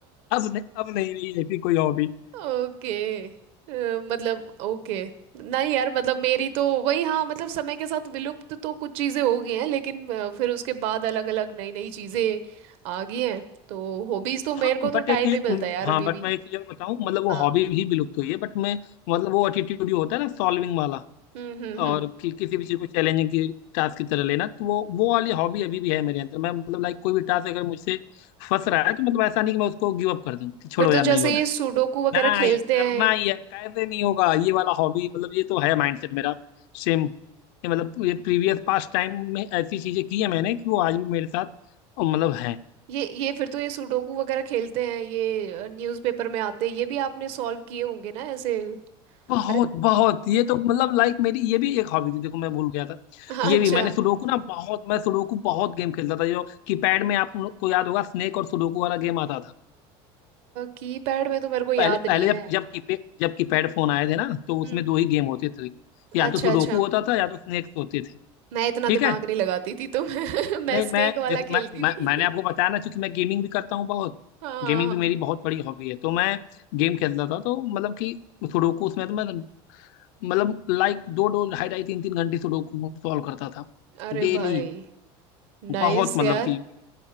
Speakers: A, on the left; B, on the right.
A: अब नहीं अब नहीं रही ऐसी कोई हॉबी
B: <laughs> ओके अ, मतलब ओके नहीं यार मतलब मेरी तो वही हाँ मतलब समय के साथ विलुप्त तो कुछ चीज़ें हो गई हैं लेकिन अ, फिर उसके बाद अलग अलग नई नई चीज़ें आ गई हैं तो हॉबीज़ तो
A: हाँ
B: मेरे को तो
A: बट एक
B: टाइम
A: ये
B: नहीं मिलता
A: हम्म,
B: यार
A: हाँ
B: अभी
A: बट
B: भी
A: मैं एक चीज और बताऊँ मतलब वो
B: हाँ
A: हॉबी भी विलुप्त हुई है बट मैं मतलब वो एटीट्यूड जो होता है ना सॉल्विंग वाला
B: हम्म हम्म हम्म
A: और कि, किसी भी चीज को चैलेंजिंग की टास्क की तरह लेना तो वो वो वाली हॉबी अभी भी है मेरे अंदर मैं मतलब लाइक कोई भी टास्क अगर मुझसे फंस रहा है तो मतलब ऐसा नहीं कि मैं उसको गिव अप कर दूं कि छोड़ो
B: फिर तो
A: यार
B: जैसे
A: नहीं हो
B: ये सुडोकू वगैरह
A: नहीं
B: खेलते
A: करना
B: हैं
A: ही है कैसे नहीं होगा ये वाला हॉबी मतलब ये तो है माइंडसेट मेरा सेम ये मतलब ये प्रीवियस पास्ट टाइम में ऐसी चीजें की है मैंने कि वो आज भी मेरे साथ अ, मतलब है
B: ये ये फिर तो ये सुडोकू वगैरह खेलते हैं ये न्यूज़पेपर में आते हैं ये भी आपने सॉल्व किए होंगे ना ऐसे
A: बहुत
B: अरे
A: बहुत ये तो मतलब लाइक मेरी ये भी एक हॉबी थी देखो मैं भूल गया था
B: <laughs> हाँ,
A: ये
B: अच्छा
A: भी मैंने सुडोकू ना बहुत मैं सुडोकू बहुत गेम खेलता था जो कीपैड में आप लोग को याद होगा स्नेक और सुडोकू वाला गेम आता था
B: कीपैड में तो मेरे को याद
A: पहले
B: नहीं
A: पहले जब
B: है
A: जब कीपैड जब कीपैड फोन आए थे ना तो उसमें
B: हम्म
A: दो ही गेम होते थे या
B: अच्छा
A: तो सुडोकू
B: अच्छा
A: होता था या तो स्नेक्स होते थे
B: मैं इतना
A: ठीक
B: दिमाग
A: है
B: नहीं लगाती थी तो मैं, <laughs> मैं
A: नहीं
B: स्नेक
A: मैं
B: वाला
A: देखो मैं,
B: खेलती
A: मैं
B: थी
A: मैंने आपको बताया ना क्योंकि मैं गेमिंग भी करता हूँ बहुत
B: हाँ
A: गेमिंग
B: हाँ,
A: भी
B: हाँ।
A: मेरी बहुत बड़ी हॉबी है तो मैं गेम खेलता था तो मतलब कि सुडोकू उसमें तो मैं मतलब लाइक दो दो ढाई ढाई तीन तीन घंटे सुडोकू सॉल्व करता था
B: अरे
A: डेली
B: भाई नाइस
A: बहुत मतलब
B: यार
A: कि